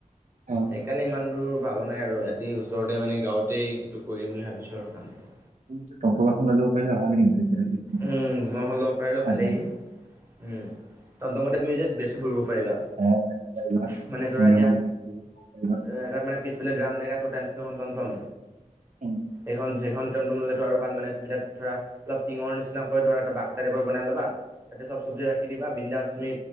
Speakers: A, on the right; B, on the right.
A: অ
B: সেইকাৰণে ইমান দূৰ ভাল নাই আৰু এইয়াটে ওচ ওচৰতে মানে গাঁৱতেই এইটো কৰিম বুলি ভাবিছোঁ আৰু কামটো।
A: উম টমটম এখন ল'ব পাৰিলে ভাল। <inaudible>
B: উম সেনকা এখন ল'ব পাৰিলে
A: তেতিয়া
B: ভালেই উম। তাতুমতে তুমি যে বেছি ফুৰিব পাৰিবা।
A: অ মাৰিব পাৰিবা
B: চু মানে ধৰা
A: তুমিও
B: এতিয়া
A: দৌৰিব পাৰিবা
B: এ তাৰ মানে পিচ মানে গ্ৰাম লগাটো তাত টমটম,
A: উম
B: এইখন সেইখন টমটন'লেতো আৰু ভাল মানে তাত ধৰা অলপ টিঙৰ নিচিনাকৈ ধৰা এটা বাক্সাটাইপৰ বনাই ল'বা তাতে চব চব্জি ৰাখি দিবা বিন্দাছ তুমি